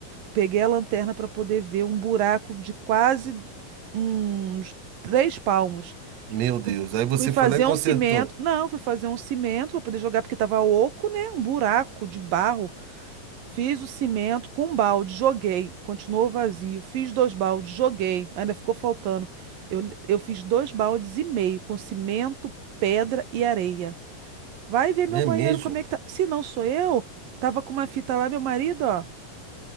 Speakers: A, on the right (about 85°); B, on the right (about 60°).
A: Peguei a lanterna para poder ver um buraco de quase uns três palmos.
B: Meu
A: Fui,
B: Deus, aí você
A: fui fazer
B: foi lá e consertou.
A: um cimento. Não, fui fazer um cimento para poder jogar porque estava oco, né? Um buraco de barro Fiz o cimento com um balde, joguei. Continuou vazio. Fiz dois baldes, joguei. Ainda ficou faltando. Eu, eu fiz dois baldes e meio com cimento, pedra e areia. Vai ver meu
B: É
A: banheiro
B: mesmo?
A: como é que tá. Se não sou eu, tava com uma fita lá, meu marido, ó.